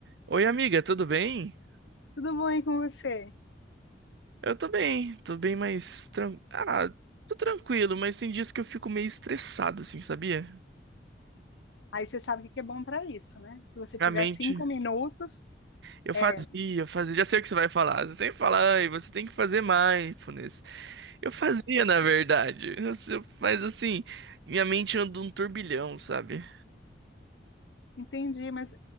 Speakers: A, on the right; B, on the left.
A: Oi, amiga, tudo bem?
B: Tudo bom aí com você?
A: Eu tô bem, tô bem, mas. Tran... Ah, tô tranquilo, mas tem dias que eu fico meio estressado, assim, sabia?
B: Aí você sabe o que que é bom para isso, né? Se você
A: Minha
B: tiver
A: mente.
B: cinco minutos,
A: Eu fazia,
B: é,
A: eu fazia. Já sei o que você vai falar. Você sempre fala, ai, você tem que fazer mindfulness. Eu fazia, na verdade. Eu se- Mas assim, minha mente anda um turbilhão, sabe?
B: entendi, mas